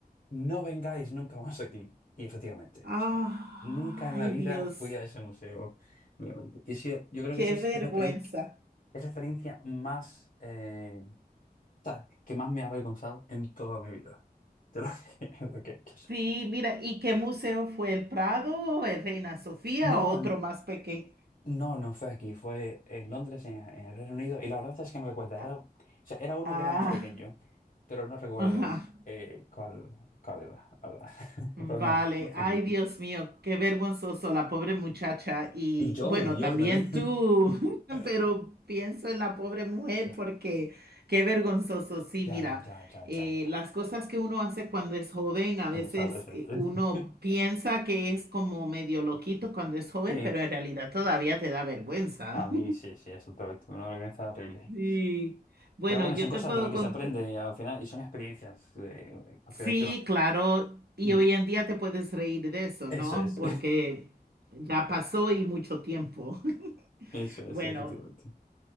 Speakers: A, on the left; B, on the right.
A: no vengáis nunca más aquí. Y efectivamente,
B: Ay,
A: o sea, nunca en la vida
B: Dios,
A: fui a ese museo nuevamente. Y sí, yo creo
B: qué
A: que esa es,
B: vergüenza.
A: es la experiencia, es la experiencia más, eh, o sea, que más me ha avergonzado en toda mi vida. <laughs> De lo que, <laughs> de lo que he hecho.
B: Sí, mira, ¿y qué museo fue? ¿El Prado, el Reina Sofía
A: No,
B: o otro más pequeño?
A: no, no fue aquí, fue en Londres, en, en el Reino Unido, y la verdad es que no recuerdo, era,
B: Ah,
A: o sea, era uno
B: ah,
A: que era más pequeño, pero no recuerdo
B: ajá.
A: eh, cuál, cuál era, la verdad. <laughs>
B: Vale,
A: Pero no, no fue
B: ay
A: aquí.
B: Dios mío, qué vergonzoso la pobre muchacha y
A: Y yo,
B: bueno,
A: y yo
B: también
A: también.
B: tú,
A: <laughs>
B: <laughs> pero pienso en la pobre mujer
A: Ya,
B: porque qué vergonzoso, sí,
A: ya,
B: mira,
A: ya, ya,
B: eh,
A: ya, ya.
B: las cosas que uno hace cuando es joven, a
A: Cuando
B: veces
A: es adolescente.
B: eh, uno
A: <laughs>
B: piensa que es como medio loquito cuando es joven,
A: Sí,
B: pero en realidad todavía te da vergüenza.
A: a mí
B: <laughs>
A: sí, sí, eso todo, una vergüenza horrible.
B: Sí, bueno,
A: Pero bueno,
B: yo
A: son cosas
B: te puedo
A: de lo que
B: contar.
A: se aprende y al final, y son experiencias eh, al
B: Sí,
A: final que uno tiene.
B: claro, y
A: Mm,
B: hoy en día te puedes reír de eso,
A: Eso
B: ¿no?
A: es,
B: Porque ya pasó y mucho tiempo. <laughs>
A: <laughs> eso
B: Bueno,
A: es, efectivamente.